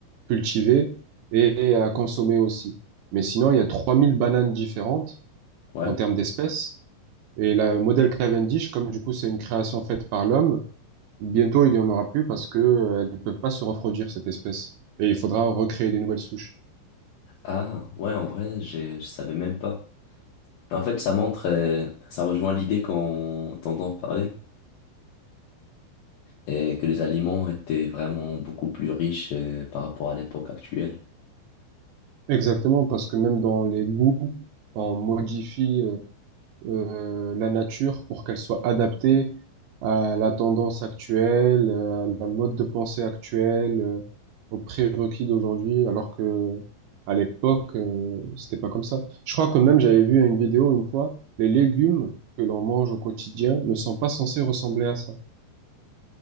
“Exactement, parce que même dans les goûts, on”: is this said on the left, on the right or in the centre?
Right